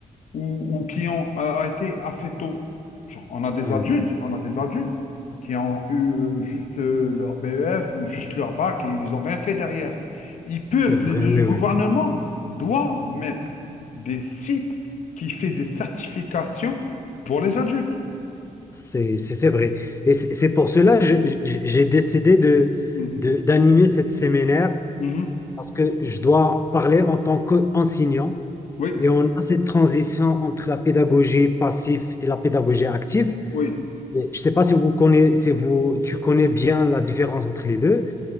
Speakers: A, on the left; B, on the left.
A: ou, ou qui ont euh, arrêté assez tôt. Genre, on a des
B: Ah Oui.
A: adultes, on a des adultes qui ont eu euh, juste euh, leur BEF ou juste leur bac et ils n'ont rien fait derrière. Ils peuvent,
B: C'est vrai,
A: le, le-
B: oui,
A: le gouvernement
B: oui.
A: doit mettre des sites qui fait des certifications pour les adultes.
B: C'est, c'est c'est vrai. Et c'est c'est pour cela que je- je- j'ai décidé de,
A: Mhm,
B: de- d'animer cette séminaire
A: mhm.
B: parce que je dois parler en tant qu'enseignant
A: Oui,
B: et on a cette transition entre la pédagogie passive et la pédagogie active.
A: oui.
B: Et Je ne sais pas si vous connaissez, si vous, tu connais bien la différence entre les deux,